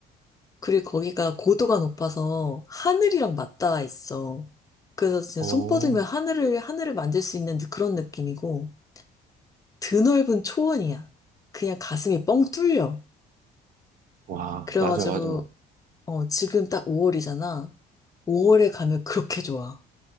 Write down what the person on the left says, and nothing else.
그리고 거기가 고도가 높아서 하늘이랑 맞닿아 있어. 그래서 진짜
손 뻗으면 하늘을, 하늘을 만질 수 있는 그런 느낌이고, 드넓은 초원이야. 그냥 가슴이 뻥 뚫려.
그래가지고,
어, 지금 딱 5월이잖아. 5월에 가면 그렇게 좋아.